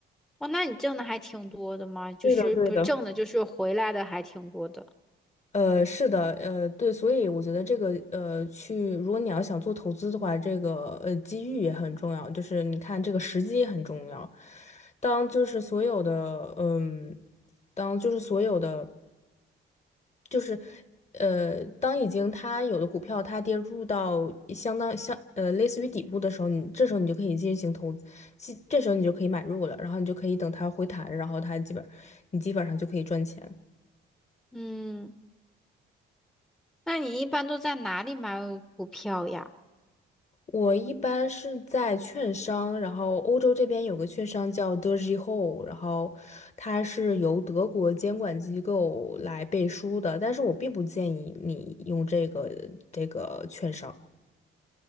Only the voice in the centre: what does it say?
哦，那你挣的还挺多的嘛，就是不是挣的，
就是回来的还挺多的。
嗯，那你一般都在哪里买股票呀？